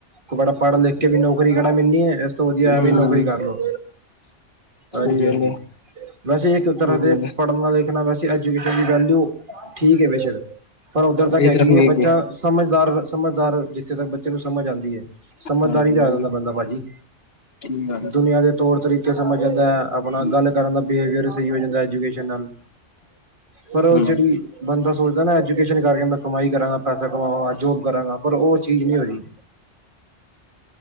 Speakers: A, on the right; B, on the left.
A: ਕੋਬੜ ਪੜ ਲਿਖ। ਕੇ ਵੀ ਨੌਕਰੀ ਕਿਹੜਾ ਮਿਲਣੀ ਹੈ? ਇਸ ਤੋਂ ਵਧੀਆ
B: ਹੂੰ
A: ਇਹ ਵੀ ਨੌਕਰੀ ਕਰ ਲਓ।
B: ਸਹੀ
A: ਹਾਂਜੀ
B: ਗੱਲ
A: ਹਾਂਜੀ
B: ਹੈ
A: ਵੈਸੇ ਇੱਕ ਤਰ੍ਹਾਂ
B: ਸਹੀ
A: ਤੇ
B: ਗੱਲ ਹੈ
A: ਪੜ੍ਹਨ ਵਾਲੇ? ਇੱਕ ਨਾ ਵੈਸੇ ਐਜੂਕੇਸ਼ਨ ਦੀ ਵੈਲਿਊ। ਠੀਕ ਹੈ ਬੇਸ਼ੱਕ। ਪਰ ਉੱਧਰ ਤੱਕ
B: ਇਹ
A: ਹੈਗੀ
B: ਤਰਫ ਨਹੀਂ
A: ਹੈ ਬੱਚਾ ਸਮ। ਦਾਰ ਸਮਝਦਾਰ ਜਿੱਥੇ ਤੱਕ ਬੱਚਾ। ਬੱਚੇ ਨੂੰ ਸਮਝ ਆਉਂਦੀ ਹੈ ਸਮਝਦਾਰੀ
B: ਹਾਂਜੀ
A: ਚ ਆ ਜਾਂਦਾ ਬੰਦਾ ਭਾਜੀ
B: ਠੀਕ ਗੱਲ ਹੈ
A: ਦੁਨੀਆਂ ਦੇ ਤੌਰ ਤਰੀਕੇ ਸਮਝ ਜਾਂਦਾ ਆਪਣਾ
B: ਹੂੰ
A: ਗੱਲ ਕਰਨ ਦਾ? ਬਿਹੇਵੀਅਰ ਸਹੀ ਹੋ ਜਾਂਦਾ ਐਜੂਕੇਸ਼ਨ ਨਾਲ ਪਰ
B: ਹੂੰ,
A: ਉਹ ਜਿਹੜੀ? ਬੰਦਾ ਸੋਚਦਾ ਨਾ। ਐਜੂਕੇਸ਼ਨ ਕਰਕੇ ਮੈਂ ਕਮਾਈ ਕਰਾਂਗਾ ਪੈਸਾ? ਕਮਾਵਾਂ ਗਾ ਜੋਬ ਕਰਾਂਗਾ ਪਰ ਉਹ ਚੀਜ਼ ਨਹੀਂ ਹੋ ਰਹੀ